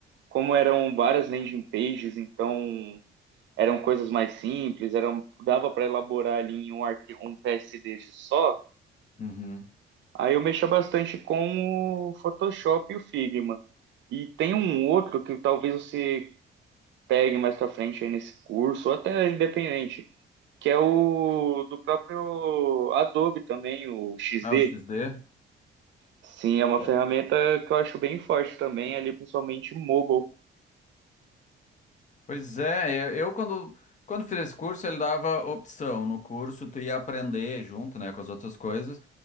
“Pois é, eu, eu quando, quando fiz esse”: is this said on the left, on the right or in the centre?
Left